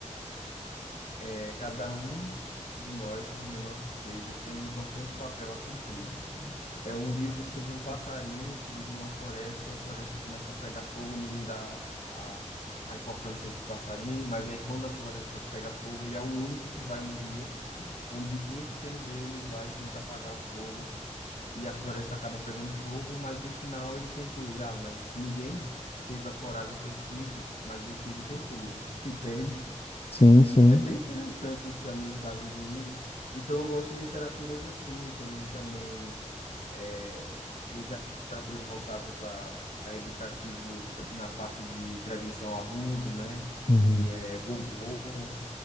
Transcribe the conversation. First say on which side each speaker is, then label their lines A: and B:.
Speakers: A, on the left; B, on the left.
A: é, cada um de nós, por menor que seja, tem um importante papel a cumprir. É um livro sobre um passarinho que vive numa floresta e a floresta começa a pegar fogo, ninguém dá a, a importância a esse passarinho, mas aí quando a floresta pega fogo, ele é o único que vai no rio, com o biquinho pequeno dele, vai tentar apagar o fogo e a floresta acaba pegando fogo, mas no final ele conclui: ah, mas ninguém teve a coragem que eu tive, mas eu fiz o que eu pude, <laughs> entende?
B: Sim, sim.
A: É bem interessante essa a mensagem do livro. Então eu gosto de literaturas assim, tem também é, literaturas voltadas a, a educativo na parte de prevenção ao abuso, né?
B: Uhum.
A: Que é Gogô,